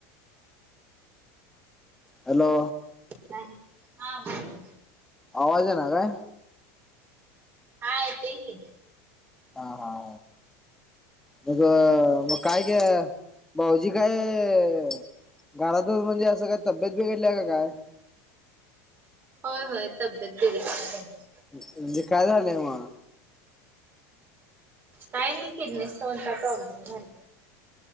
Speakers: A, in the centre; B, on the right.
A: हॅलो.
B: नाही. हा बरं की.
A: आवाज येईना काय.
B: हा येतोय की.
A: हा हा.. मग मग काय गं, भाऊजी काय. घरातच म्हणजे असं, काय तब्येत बिघडली आहे काय.
B: होय होय, तब्येत बरी नाय त्यांची.
A: म्हणजे काय झालं मग.
B: काय नाही, किडनी स्टोन चा प्रॉब्लेम झालाय.